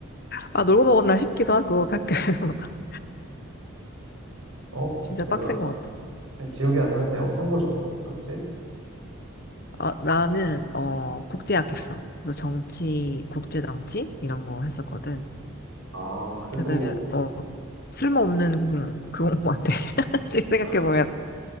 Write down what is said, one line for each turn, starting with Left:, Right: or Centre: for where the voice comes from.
Left: 아 놀고 먹었나 싶기도 하고 가끔 <laughs>
Right: 어,
Left: 진짜
Right: 내가
Left: 빡센 것 같아.
Right: 잘 기억이 안 나는데 어떤 거 전공했었지?
Left: 아, 나는 어 국제학 했어. 그래서 정치 국제 정치 이런 거 했었거든.
Right: 아, 그래도,
Left: 되게 어 쓸모없는
Right: 어,
Left: 음, 그런 것 같아. <laughs> 지금
Right: <laughs>
Left: 생각해 보면